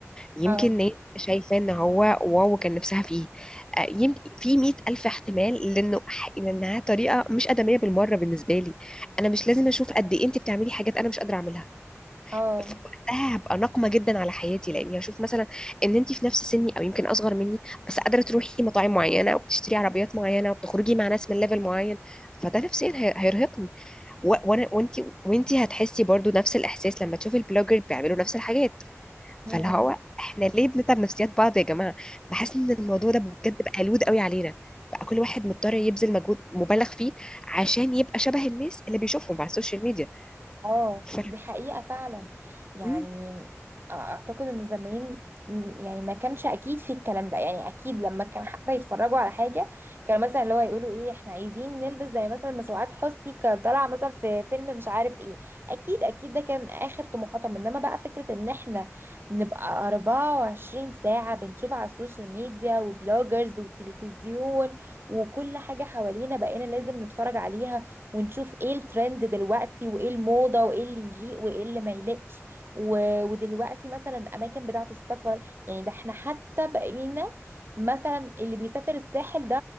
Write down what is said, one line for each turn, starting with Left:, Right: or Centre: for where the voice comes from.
Left: يمكن
Right: اه
Left: ناس شايفة ان هو واو كان نفسها فيه آه، يمكن في مئة ألف احتمال لأنه ح- لأنها طريقة مش آدمية بالمرة بالنسبة لي أنا مش لازم أشوف قد إيه أنت بتعملي حاجات أنا مش قادرة أعملها
Right: اه
Left: فوقتها هبقى ناقمة جدا على حياتي لأني هشوف مثلا إن أنت في نفس سني أو يمكن أصغر مني بس قادرة تروحي مطاعم معينة وبتشتري عربيات معينة وبتخرجي مع ناس من ليفل معين فده نفسيا هي- هيرهقني و- وأنا وأنت وأنت هتحسي برضو نفس الإحساس لما تشوفي البلوجر بيعملوا نفس الحاجات
Right: مم.
Left: فاللي هو احنا ليه بنتعب نفسيات بعض يا جماعه بحس ان الموضوع ده بجد بقى لود قوي علينا بقى كل واحد مضطر يبذل مجهود مبالغ فيه عشان يبقى شبه الناس اللي بيشوفهم على السوشيال ميديا
Right: اه
Left: ف...
Right: دي حقيقة فعلا يعني
Left: مم.
Right: اعتقد ان زمان يعني ما كانش اكيد في الكلام ده يعني اكيد لما كان حتى يتفرجوا على حاجة كان مثلا اللي هو يقولوا ايه احنا عايزين نلبس زي مثلا ما سعاد حسني كان طالعة مثلا في فيلم مش عارف ايه اكيد اكيد ده كان اخر طموحاتهم انما بقى فكرة ان احنا نبقى 24 ساعة بنشوف على السوشيال ميديا وبلوجرز وتلفزيون وكل حاجة حوالينا بقينا لازم نتفرج عليها ونشوف ايه الترند دلوقتي وايه الموضة وايه اللي يليق وايه اللي ما يليقش و... ودلوقتي مثلا الاماكن بتاعة السفر يعني ده احنا حتى بقينا مثلا اللي بيسافر الساحل ده